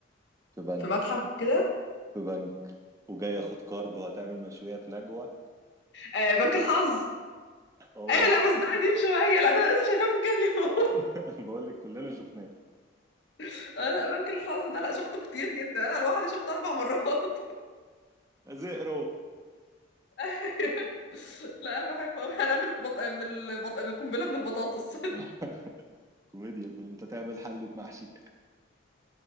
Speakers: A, on the right; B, on the left.
A: في بنك
B: في متحف كده
A: في بنك وجاي ياخد كارد وهتعمل مشويات نجوى
B: آه، بنك الحظ
A: هو
B: ايوه لا بس ده قديم شويه لا ده انا لسه شايفاه من كام يوم
A: <laughs> بقول لك كلنا شفناه
B: <laughs> انا بنك الحظ ده لا شفته كتير جدا انا لوحدي شفته اربع مرات
A: زئرو
B: <laughs> لا انا بحب أوي. هنعمل بط... من البط... من القنبله من البطاطس <laughs>
A: <laughs> كوميديا كنت تعمل حلة محشي